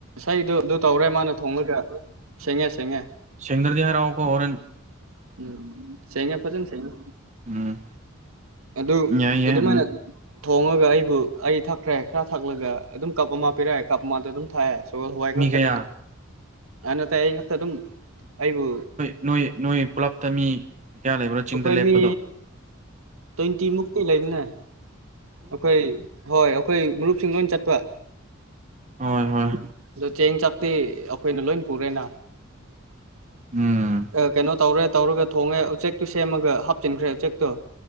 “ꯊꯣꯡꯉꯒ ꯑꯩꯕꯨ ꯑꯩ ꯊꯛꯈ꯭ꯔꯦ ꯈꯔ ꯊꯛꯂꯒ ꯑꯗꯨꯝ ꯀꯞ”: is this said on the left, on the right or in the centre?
Right